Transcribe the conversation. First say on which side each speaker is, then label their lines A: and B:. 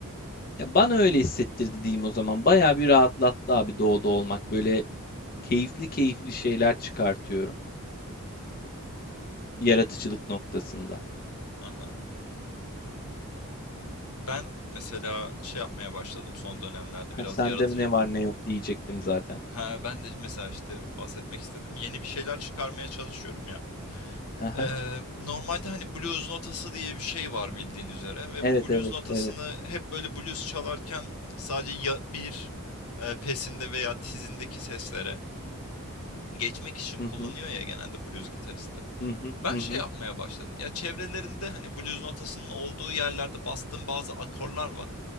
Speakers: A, on the left; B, on the left.
A: ya bana öyle hissettirdi diyeyim o zaman. Bayağı bir rahatlattı abi doğuda olmak. Böyle Keyifli keyifli şeyler çıkartıyorum yaratıcılık noktasında.
B: Aha. Ben mesela şey yapmaya başladım son dönemlerde
A: Ha,
B: biraz
A: sende
B: yaratıcı.
A: ne var ne yok diyecektim zaten.
B: Ha, ben de mesela işte bahsetmek istedim. Yeni bir şeyler çıkarmaya çalışıyorum ya.
A: Hı hı.
B: Ee, normalde hani blues notası diye bir şey var bildiğin üzere ve
A: Evet,
B: bu blues
A: evet,
B: notasını
A: evet.
B: hep böyle blues çalarken sadece ya bir e, pesinde veya tizindeki seslere geçmek için kullanıyor
A: Hı hı.
B: ya genelde blues gitaristleri.
A: Hı hı.
B: Ben
A: Hı
B: şey
A: hı.
B: yapmaya başladım. Ya çevrelerinde hani blues notasının olduğu yerlerde bastığım bazı akorlar var.